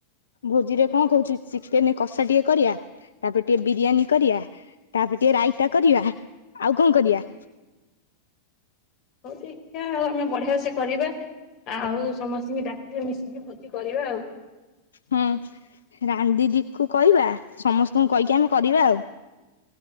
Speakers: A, on the left; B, on the left.
A: ଭୋଜିରେ କଣ କହୁଛି ଚିକେନ କଷା ଟିକେ କରିବା ତାପରେ ଟିକେ ବିରିୟାନୀ କରିବା ତାପରେ ଟିକେ ରାଇତା କରିବା ଆଉ କଣ କରିବା?
B: ହଉ ଦେଖିଆ ଆଉ ଆମେ ବଢିଆ ସେ କରିବା। ଆଉ ସମସ୍ତଙ୍କୁ ଡାକି ସମସ୍ତେ ମିଶିକି ଭୋଜି କରିବା ଆଉ।
A: ହଁ ରାନି ଦିଦିକୁ କହିବା ସମସ୍ତଙ୍କୁ କହିକି ଆମେ କରିବା ଆଉ।